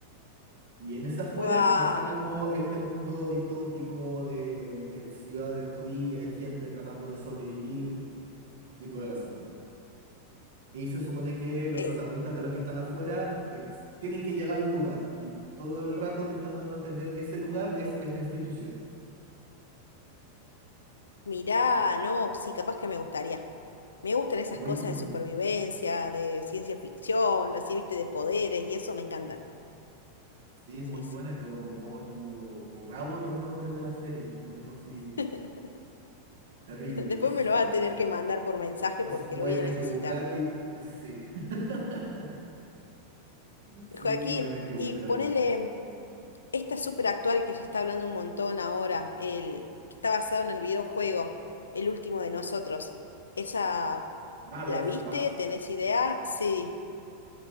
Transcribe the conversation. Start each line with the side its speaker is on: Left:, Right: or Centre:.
Right: Y en esa afuera
Left: Guau,
Right: está como este mundo distópico de, de ciudad destruida, hay gente tratando de sobrevivir y todo el asunto. Y se supone que los
Left: eh,
Right: protagonistas de los que están afuera eh, tienen que llegar a un lugar y todo el rato te están dando a entender que ese lugar es esta institución.
Left: mirá, no, sí, capaz que me gustaría. Me gustan esas
Right: Está muy
Left: cosas
Right: bueno.
Left: de supervivencia, de ciencia ficción, así, viste, de poderes, y eso me encantan.
Right: Sí, es
Left: Sí,
Right: muy buena,
Left: sí.
Right: pero oh, tengo borrado el nombre de la serie. Lo tengo así
Left: <laughs>
Right: terrible,
Left: Después
Right: lo siento.
Left: me lo vas a tener
Right: <laughs>
Left: que mandar por mensaje
Right: Os-
Left: porque
Right: Voy
Left: lo voy
Right: a tener
Left: a necesitar.
Right: que buscar y... Sí, <laughs> sí,
Left: Joaquín,
Right: voy a tener que buscarlo.
Left: y ponele esta súper actual que se está hablando un montón ahora, el que está basado en el videojuego, El último de nosotros. ¿Esa
Right: Ah,
Left: la
Right: The Last
Left: viste?
Right: of Us.
Left: ¿Tenés idea? Sí.